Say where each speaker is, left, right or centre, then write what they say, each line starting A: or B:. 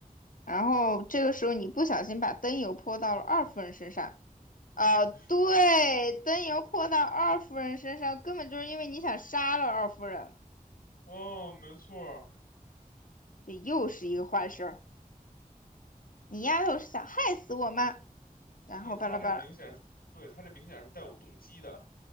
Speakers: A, on the left; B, on the left.
A: 然后这个时候你不小心把灯油泼到了二夫人身上，啊，
B: 哎，
A: 对，
B: 是的，
A: 灯油泼到二夫人身上，根本就是因为你想杀了二夫人，
B: 哦，没错儿，
A: 这又是一个坏事儿。你丫头是想害死我吗？然后巴拉巴拉，
B: 所以他这明显是，对，他这明显是带有动机的，